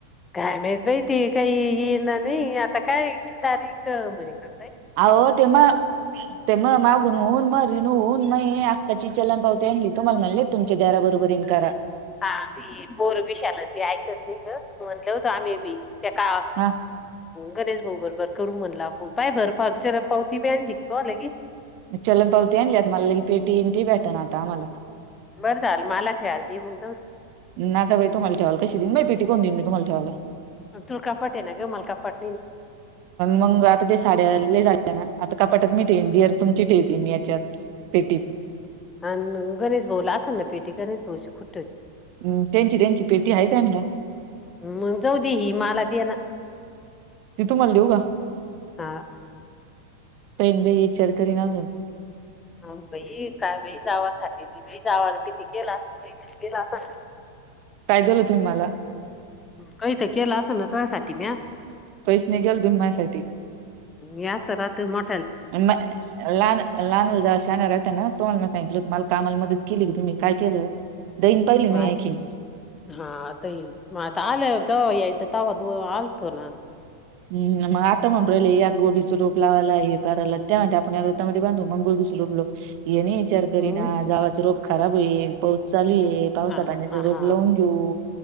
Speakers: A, on the left; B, on the right.
A: काय मात बाहिती काही ये ना नाही आता काय तारीख म्हणे का
B: अ ते मग ते मग मागून होऊन मग रिन होऊन मग आत्ताची चलं पावते आण तुमलाणले तुमच्या दराबरोबर इन्कारा
A: हा बोर बिशालती ऐकत नाही ग म्हणल होतं आम्ही बी त्या
B: हा
A: गणेश हो बरो बर करू म्हणला आपण पाय भर पावच्या पावती ब्यान निघतो लगे
B: चलन पावती आणलीत मला लगे पेटीईन ती भेट आता आ मला
A: बरं झालं मला ठेवायला दे मग जाऊ
B: ना का बाई तू मला ठेवाल कशी दिन कोण देऊ तुमाला ठेवायला
A: तुल कपटे ना ग मला कपट
B: मग आता ते साड्या लय झाले ना आता कपाटक मी ठेवन देर तुमची ठेवते मी याच्यात पेटीत
A: आण गणेश भाऊला असाल ना पेटी गणेश भाऊ खु
B: हम्म त्यांची त्यांची पेटी आहे त्यांना
A: मग जाऊ दे ही मला दे ना
B: ती तू म्हण लऊग
A: हा.
B: पण बाई विचार करीन अजून
A: ह कायई जावासाठी त जावा किती केलं असलही भेटलेलं असल
B: काय दिलं होतु मला
A: काही तर केलं असं ना तु्यासाठी म्या
B: पैस निघेल दुनमायसाठी
A: या सरा तुम्हा
B: म ला लानाला जाव शना राहता ना तोम्हाला म सांगितल मल कामाला मदत केली ग तुम्ही काय केलं दैन पाहिली
A: म
B: मी ऐकीन
A: हा आता येई मग आता आलं होतं यायचं तवत आलतो ना
B: हम् मग आता म्हणून राहिल या गोबीचा लोप लावायला हे करायला त्या आपणमट बांधू मग गोी विचार करीवा
A: मग
B: रोग खराब होईल चालू आहे पावसा
A: अ
B: पाण्याचं
A: ह
B: रोप
A: हा
B: लावून घेऊ